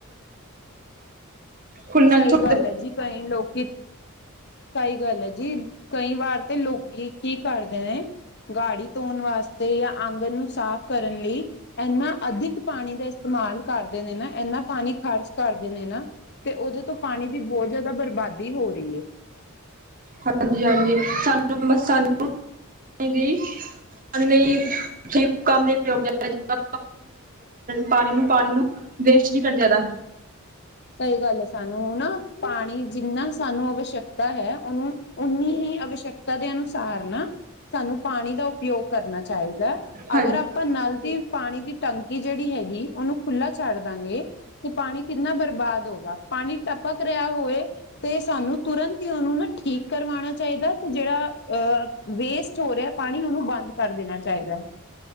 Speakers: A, on the left (about 50°); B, on the right (about 40°).
A: <unintelligible>
B: ਖੁੱਲਨਾ
A: ਸਹੀ
B: ਤੋਂ
A: ਗੱਲ ਹੈ, ਜੀ ਕਈ ਲੋਕੀ। ਸਹੀ ਗੱਲ ਹੈ ਜੀ, ਕਈ ਵਾਰ ਤੇ ਲੋਕੀ ਕੀ ਕਰਦੇ ਨੇ ਗਾੜੀ ਧੋਣ ਵਾਸਤੇ ਜਾ ਆਂਗਣ ਨੂੰ ਸਾਫ ਕਰਨ ਲਈ ਇਨਾ ਅਧਿਕ ਪਾਣੀ ਦਾ ਇਸਤੇਮਾਲ ਕਰਦੇ ਨੇ ਨਾ, ਇੰਨਾ ਪਾਣੀ ਖ਼ਰਚ ਕਰਦੇ ਨੇ ਨਾ ਤੇ ਉਹਦੇ ਤੋਂ ਪਾਣੀ ਦੀ ਬਹੁਤ ਜ਼ਿਆਦਾ ਬਰਬਾਦੀ ਹੋ ਰਹੀ ਹੈ।
B: ਹਾਂਜੀ, ਹਾਂਜੀ ਸਾਨੂੰ ਬ ਸਾਨੂੰ ਜੀ। ਹਾਂਜੀ। <inaudible> ਨ ਕਰ ਪਾਣੀ ਨੂੰ ਪਾਣੀ ਨੂੰ ਵੇਸਟ ਨੀ ਕਰਨ ਜ਼ਿਆਦਾ।
A: ਸਹੀ ਗੱਲ ਹੈ, ਸਾਨੂੰ ਨਾ ਪਾਣੀ, ਜਿੰਨਾ ਸਾਨੂੰ ਅਵਸ਼ਕਤਾ ਹੈ, ਉਹਨੂੰ ਓਨੀ ਹੀ ਆਵਸ਼ਕਤਾ ਦੇ ਅਨੁਸਾਰ ਨਾ ਸਾਨੂੰ ਪਾਣੀ ਦਾ ਉਪਯੋਗ ਕਰਨਾ ਚਾਹੀਦਾ
B: ਹਾਂਜੀ
A: ਅਗਰ। ਆਪਾਂ ਨਲ ਦੀ ਪਾਣੀ ਦੀ ਟੰਕੀ ਜਿਹੜੀ ਹੈਗੀ, ਉਹਨੂੰ ਖੁੱਲਾ ਛੱਡ ਦਾਂਗੇ, ਤੇ ਪਾਣੀ ਕਿੰਨਾ ਬਰ ਬਾਦ ਹੋਗਾ, ਪਾਣੀ ਟਪਕ ਰਿਹਾ ਹੋਵੇ ਤੇ ਸਾਨੂੰ ਤੁਰੰਤ ਹੀ ਉਹਨੂੰ ਨਾ ਠੀਕ ਕਰਵਾਉਣਾ ਚਾਹੀਦਾ ਤੇ ਜਿਹੜਾ ਅਹ ਵੇਸਟ ਹੋ ਰਿਹਾ ਪਾਣੀ, ਉਹਨੂੰ ਬੰਦ ਕਰ ਦੇਣਾ ਚਾਹੀਦਾ ਹੈ।